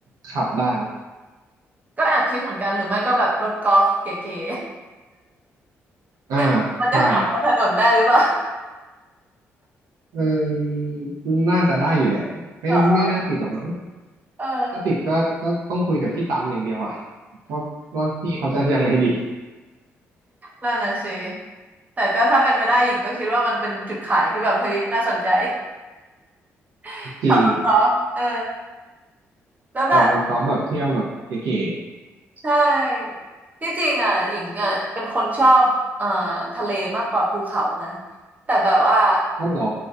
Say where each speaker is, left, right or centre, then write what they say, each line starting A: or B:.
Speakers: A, on the right; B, on the right.
A: ขับได้
B: ก็แอบคิดเหมือนกันหรือไม่ก็แบบรถกอล์ฟเก๋
A: อ่า
B: ๆ <laughs> มันจะขับบนถนนได้หรือเปล่า
A: ใช่เออน่าจะได้อยู่แหละไม่ไม่น่าติดหรอกมั้ง
B: <laughs> เหรอเออ
A: ถ้าติดก็ก็ต้องคุยกับพี่ตำอย่างเดียวอะว่าว่าพี่เขาจะยังไงดี
B: นั่นน่ะสิแต่ก็ถ้าเป็นไปได้หญิงก็คิดว่ามันเป็นจุดขายที่แบบเฮ้ยน่าสนใจ <laughs>
A: จริง
B: ขับรถกอล์ฟเออแล้วแบบ
A: ขับรถกอล์ฟแบบเที่ยวแบบเก๋
B: ใช่ที่จริงอ่ะหญิงอ่ะเป็นคนชอบเอ่อทะเลมากกว่าภูเขานะแต่แบบว่า
A: ๆก็หรอ